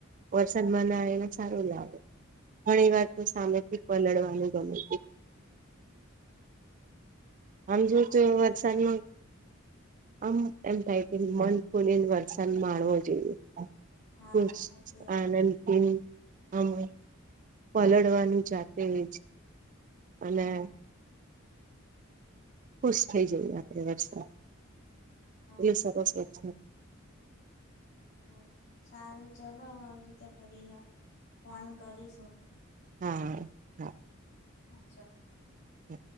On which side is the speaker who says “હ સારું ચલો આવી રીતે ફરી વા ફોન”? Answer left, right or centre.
Left